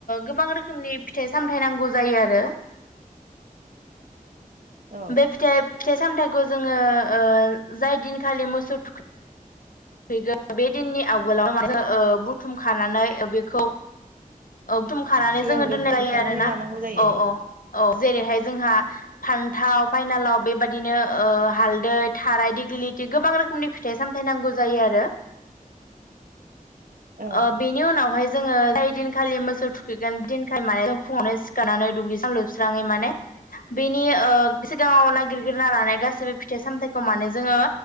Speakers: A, on the left; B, on the right.
A: गोबां रोखोम रोखोमनि फिथाइ सामथाइ नांगौ जायो आरो
B: औ
A: बे फिथाइ फिथाइ सामथाइखौ जोङो जाय दिनखालि मोसौ थुखै गोन बे दिननि आवगोलावनो माने बुथुम खानानै बेखौ औ थुमखानानै
B: सिगांग्रो
A: जोङो दोननाय
B: बुथुमखानानै
A: जायो आरोना
B: लानांगौ जायो
A: औ औ औ जेरैहाय जोंहा फानथाव फाइनालाव बेबदिनो हालदै थाराय दिग्लिथि गोबां रोखोमनि फिथाइ सामथाय नांगौ जायो आरो
B: औ
A: ओ बेनि उनावहाय जोङो जाय दिनखालि मोसौ थुखैगोन बिदिनखालि माने जों फुङावनो सिखारनानै दुगैस्रां लोबस्राङै माने बेनि ओ सिगाङाव नागिरगिरना लानाय गाैबो फिथाइ सामथायाइखौ माने जोङो